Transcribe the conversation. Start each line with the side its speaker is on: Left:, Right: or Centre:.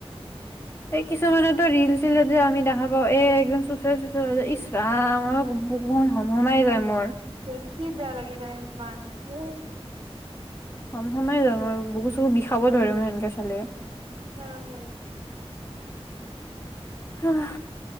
Left: এই কিছুমানতো ৰিল চিল যে আমি দেখা পাও এ একদম চুঁচৰা চুচৰা ইচৰাম বুকুখন হম হমাই যায় মোৰ
Right: উ <unintelligible> বেয়া লাগি যায় <unintelligible>
Left: কম সময় <unintelligible> বুকু চকু বিষাব ধৰিব সেনেকে চালে
Right: উম হ
Left: আহ